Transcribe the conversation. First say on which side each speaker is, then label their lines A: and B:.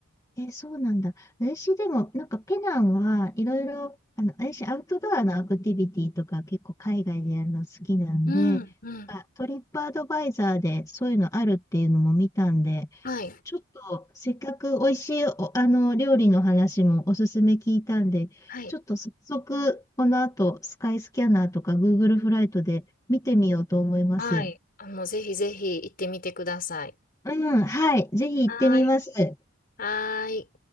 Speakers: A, on the left; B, on the left.
A: え、そうなんだ。私でも、なんかペナンはいろいろ、あの、私アウトドアのアクティビティとか結構海外でやるの好きなんで、
B: うん。うん。
A: あ、トリップアドバイザーでそういうのあるっていうのも見たんで、
B: はい。
A: ちょっとせっかく美味しいお、あの、料理の話もおすすめ聞いたんで、
B: はい。
A: ちょっと早速この後スカイスキャナーとか Google フライトで見てみようと思います。
B: はい。あ、もうぜひぜひ行ってみてください。
A: うん、はい。ぜひ行ってみます。
B: はい。はい。